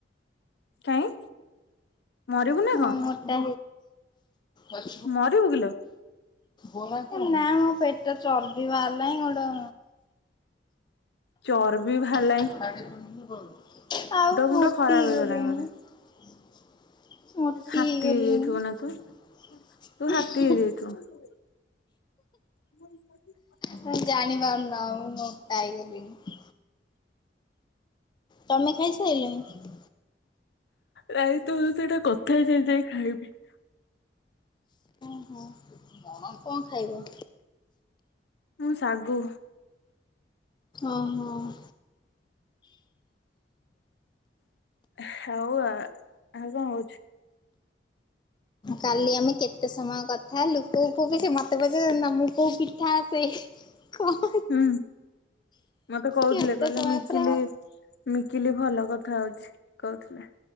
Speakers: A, on the left; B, on the left.
A: କାଇଁ ମରିବୁ ନା
B: ହଁ
A: କଣ
B: ମୁଁ ମୋଟା ହେଇ
A: ମରିବୁ କିଲୋ
B: ଯାଇଛି। ନା ମୋ ପେଟ ଚର୍ବି ବାହାରି ଲାଣି ଗୋଟେ
A: ଚର୍ବି ଭାଆଲା
B: ଆଉ ମୋଟି
A: ଫୁଣ୍ଡ
B: ହେଇ
A: ଖରାପ ହେଇଗଲାଣି ବୋଧେ
B: ଗଲିଣି। ମୋଟି
A: ହାତୀ ହେଇଯାଇଥିବୁ
B: ହେଇ
A: ନା ତୁ
B: ଗଲିଣି।
A: ତୁ <inaudible> <inaudible>
B: ହଁ ଜାଣିପାରୁନ ଆଉ ମୁଁ ମୋଟା ହେଇଗଲିଣି। ତମେ ଖାଇସାରିଲଣି?
A: ରାଇ ତ ସହିତ ଏଇଟା କଥା ହେଇସାରି ଯାଇ ଖାଇବି।
B: ହଁ କଣ ଖାଇବ?
A: ମୁଁ ଶାଗୁ।
B: ଓହୋ ହଁ।
A: ହଉ ଆ ଆଉ କଣ ହଉଛି?
B: କାଲି ଆମେ କେତେ ସମୟ କଥା ହେଲୁ କୋଉ କୋଉ ସେ ମୋତେ ପଚାରୁଛନ୍ତି ପିଠା ଆସେ? କ।
A: ହୁଁ ମତେ କହୁଥିଲେ
B: କେତେ
A: କହିଲେ
B: ସମୟ
A: ମିକିଲି
B: ପୁରା
A: ମିକିଲି ଭଲ କଥା ହଉଛି କହୁଥିଲେ।